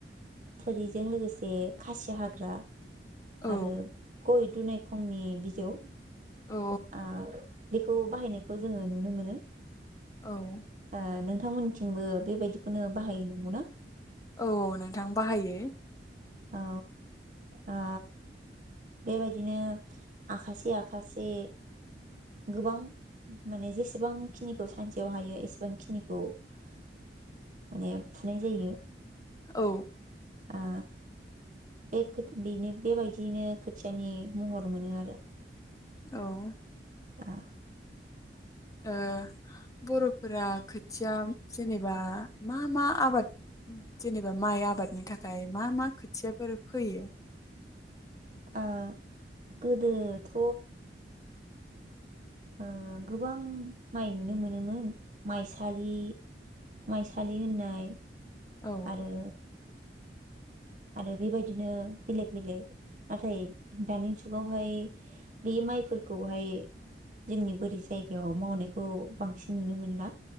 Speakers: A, on the right (about 45°); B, on the left (about 20°).
A: थोरिजों लोगोसे खासि हाग <unintelligible> आरो
B: औ
A: गय दुनायखंनि बिजौ।
B: औ
A: आ। बेखौ बाहायनायखौ जोङो नुनो मोनो।
B: औ
A: आ नों थांमोनथिंबो बेबायदिखौनो बाहायो नंगौना?
B: औ नोंथां बाहायो।
A: औ आ बेबायदिनो आखासे आखासे। गोबां माने जेसेबांखिनिखौ सानसेयाव हायो एसेबां खिनिखौ माने फुनाय जायो।
B: औ।
A: आ बेखो बेनो बेबायदियैनो खोथियानि महर मोनो आरो।
B: औ
A: आ।
B: ओ बर'फोरा खोथिया जेनेबा मा मा आबाद जेनेबा माइ आबादनि थाखाय मा मा खोथियाफोर फोयो?
A: ओ गोदोथ' ओ गोबां माइ नुनो मोनोमोन माइसालि माइसालि होननाय
B: औ
A: आरो आरो बेबायदिनो बेलेग बेलेग नाथाय दानि जुगावहाय बे माइफोरखौहाय जोंनि बोरै जायगायाव मावनायखौ बांसिन नुनो मोनला।